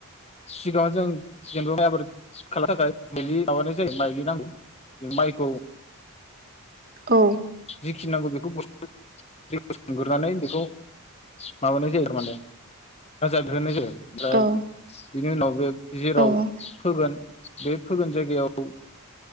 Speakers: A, on the left (about 30°); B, on the right (about 40°).
A: सिगाङाव जों जेनोबा आबाद खालामनो थाखाय माइलि माबानाय जायो माइलिनांगौ जों माइखौ
B: औ।
A: जिखि नांगौ बेखौ <unintelligible> बेखौ माबानाय जायो माने <unintelligible> बिहरनाय जायो ओ
B: औ
A: बिनि उनाव बे जेराव
B: औ
A: फोगोन बे फोगोन जायगायाव